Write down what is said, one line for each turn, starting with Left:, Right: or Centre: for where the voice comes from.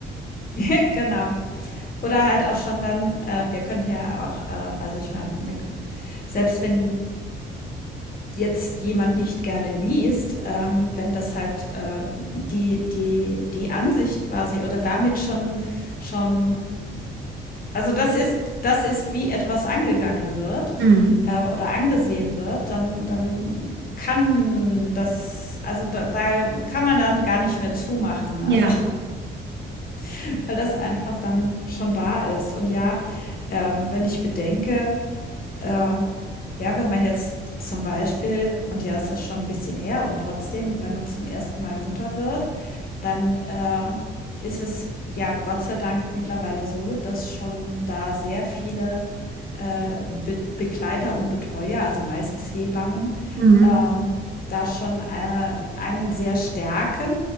Left: <laughs> Ja, Genau. Oder halt auch schon dann, äh, wir könnten ja auch, äh, also ich meine, selbst wenn jetzt jemand nicht gerne liest, ähm, wenn das halt äh, die, die, die Ansicht quasi oder damit schon, schon, also das ist, das ist, wie etwas angegangen wird
Right: Hm.
Left: äh, oder angesehen wird, dann, dann kann das, also da, da kann man dann gar nicht mehr zumachen, also
Right: Ja.
Left: <laughs> weil das einfach dann schon da ist. Und ja, ähm, wenn ich bedenke, äh, ja, wenn man jetzt zum Beispiel, und ja, es ist schon ein bisschen her, und trotzdem, wenn man zum ersten Mal Mutter wird, dann äh, ist es ja Gott sei Dank mittlerweile so, dass schon da sehr viele äh, Be Begleiter und Betreuer, also meistens Hebammen,
Right: Hm.
Left: ähm, da schon äh, einen sehr stärken